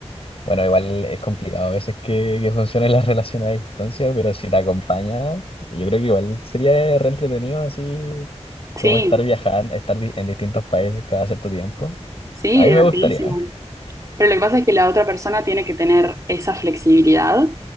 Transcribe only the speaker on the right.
Sí,
sí,
divertidísimo.
Pero lo que pasa es que la otra persona tiene que tener esa flexibilidad